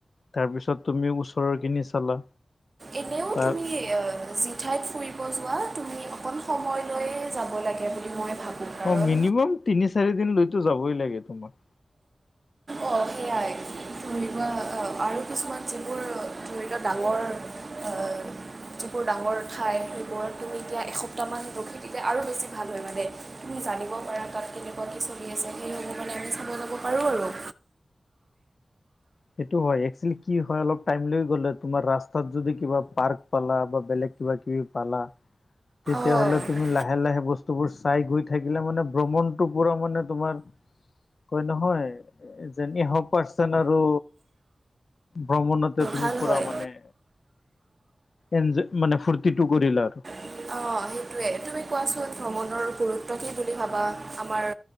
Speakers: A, on the left (about 70°); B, on the right (about 60°).
A: তাৰপিছত তুমি ওচৰৰ খিনি চালা।
B: এনেও
A: তাৰ
B: তুমি অ যিঠাইত ফুৰিব যোৱা তুমি অকণ সময় লৈ যাব লাগে বুলি মই ভাবোঁ। কাৰণ
A: অ মিনিমাম তিনি চাৰি দিন লৈতো যাবই লাগে তোমাৰ।
B: অ সেয়াই। ধৰি লোৱা আৰু কিছুমান যিবোৰ ধৰি লোৱা ডাঙৰ এ যিবোৰ ডাঙৰ ঠাই সেইবোৰত তুমি এতিয়া এসপ্তাহমান ৰখি দিলে আৰু বেছি ভাল নালাগে। জানিব পাৰা তাত কেনেকুৱা কি চলি আছে সেই অনুমানে আমি চাব যাব পাৰো আৰু।
A: সেইটো হয়, এক্সুয়েলী কি হয় অলপ টাইম লৈ গ'লে তোমাৰ ৰাস্তাত যদি কিবা পাৰ্ক পালা বা বেলেগ কিবা কিবি পালা। তেতিয়াহ'লে
B: অঁ
A: তুমি লাহে লাহে বস্তুবোৰ চাই গৈ থাকিলে মানে ভ্ৰমণটোৰ পুৰা মানে তোমাৰ কয় নহয় এ' যে এনি হাও পাৰ্চন আৰ আৰু ভ্ৰমণতে তুমি
B: ভাল
A: পুৰা
B: হয়
A: মানে ইঞ্জয় মানে ফূৰ্তিতো কৰিলা আৰু।
B: অ' সেইটোৱে, তুমি কোৱাচোন ভ্ৰমণৰ গুৰুত্ব কি বুলি ভাবা আমাৰ